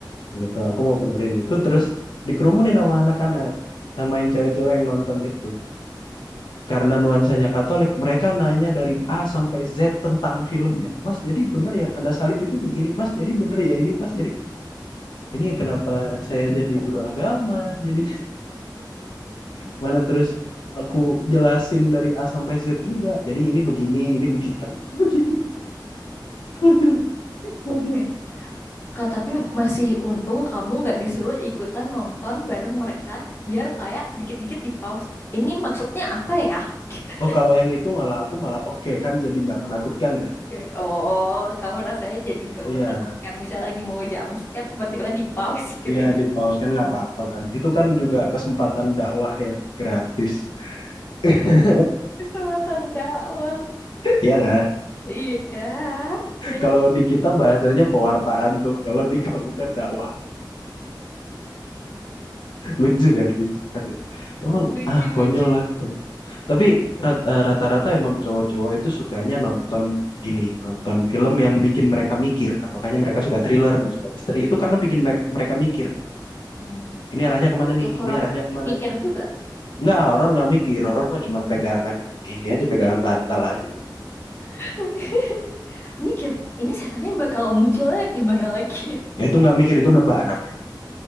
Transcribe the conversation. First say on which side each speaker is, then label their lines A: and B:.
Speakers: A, on the left; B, on the left.
A: gitu aku mau benerin itu terus dikerumunin sama anak-anak sama yang cewek-cewek yang nonton itu karena nuansanya Katolik mereka nanya dari A sampai Z tentang filmnya Mas jadi bener ya tanda salib itu begini Mas jadi bener ya ini Mas jadi ini kenapa saya jadi guru agama jadi <laughs> mana terus aku jelasin dari A sampai Z juga jadi ini begini ini begini <laughs> begini konyol konyol
B: Eh, Kak, tapi masih untung kamu nggak disuruh ikutan nonton bareng mereka biar kayak dikit-dikit di pause. Ini maksudnya apa ya? <laughs>
A: Oh kalau yang itu malah aku malah oke kan jadi nggak menakutkan ya
B: Eh, Oh, kamu rasanya jadi nggak
A: iya
B: menakutkan. Misal lagi mau jump scare, tiba-tiba di pause gitu
A: Iya
B: ya.
A: di pause kan nggak apa-apa kan. Itu kan juga kesempatan dakwah yang gratis. <laughs>
B: Kesempatan dakwah.
A: Iya kan?
B: Iya. Eh,
A: Kalau di kita bahasanya pewartaan tuh. Kalau di kamu kan dakwah. Lucu kan? Lucu. Aduh. Emang
B: Lucu-lucu.
A: ah konyol lah. Tapi rat- eh, rata-rata emang cowok-cowok itu sukanya nonton ini, nonton film yang bikin mereka mikir. Makanya mereka suka thriller, suka misteri. Itu karena bikin mer- mereka mikir.
B: Hmm.
A: Ini arahnya kemana nih?
B: Loh, horor
A: Ini arahnya
B: kan
A: kemana
B: mikir
A: nih?
B: juga.
A: Enggak, horor nggak mikir. Horor mah cuman pegangan ini aja, pegangan bantal aja.
B: <laughs> Mikir, ini setannya bakal munculnya gimana lagi ya?
A: Ya, itu nggak mikir itu nebak namanya